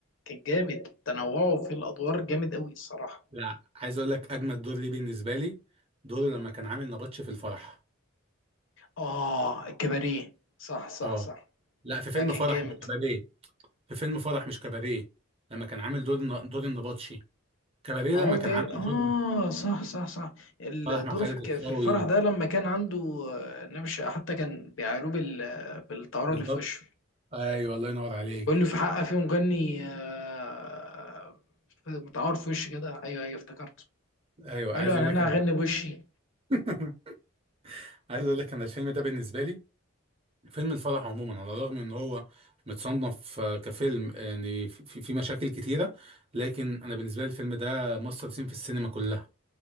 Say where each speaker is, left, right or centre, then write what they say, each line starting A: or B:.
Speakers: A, on the left; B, on the right.
A: كان جامد تنوعه في الادوار جامد قوي الصراحه
B: لا عايز اقول لك اجمد دور ليه بالنسبه لي دوره لما كان عامل نبطش في الفرح
A: اه الكباريه صح صح
B: اه
A: صح
B: لا في فيلم
A: ده كان
B: فرح
A: جامد
B: مش كباريه في فيلم فرح مش كباريه لما كان عامل دور الن- دور النبطشي كباريه
A: ما
B: لما
A: هو بتاعي
B: كان عامل
A: اه
B: دور
A: صح صح صح الدور
B: فرح مع خالد
A: في الك-
B: الصاوي
A: في الفرح ده لما كان عنده آه، نبش حتى كان بيعايروه بال... بالتعور
B: بالظبط
A: اللي في وشه
B: ايوه الله ينور عليك
A: بيقول له في حق في مغني آه، في- متعور في وشي كده ايوه ايوه افتكرته
B: ايوه
A: قال
B: عايز
A: له يعني
B: اقول
A: انا
B: لك انا
A: هغني بوشي
B: <laughs> عايز اقول لك انا الفيلم ده بالنسبه لي فيلم الفرح عموما على الرغم ان هو متصنف آه، كفيلم يعني في في مشاكل كتيره لكن انا بالنسبه لي الفيلم ده ماستر سين في السينما كلها